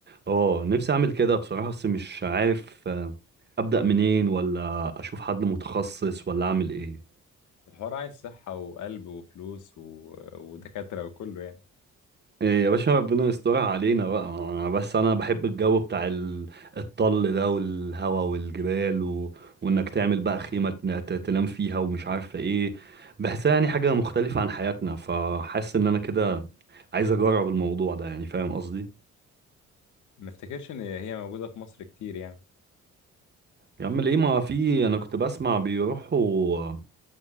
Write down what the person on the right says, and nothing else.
اه نفسي اعمل كده بصراحة بس مش عارف آه، ابدأ منين ولا اشوف حد متخصص ولا اعمل ايه
إيه يا باشا ربنا يسترها علينا بقى أنا بس انا بحب الجو بتاع ال- الطل ده والهوا والجبال و... وانك تعمل بقى خيمة تن- ت- تنام فيها ومش عارفة ايه بحسها يعني حاجة مختلفة عن حياتنا فحاسس ان انا كده عايز اجرب الموضوع ده يعني فاهم قصدي
يا عم ليه ما في انا كنت بسمع بيروحوا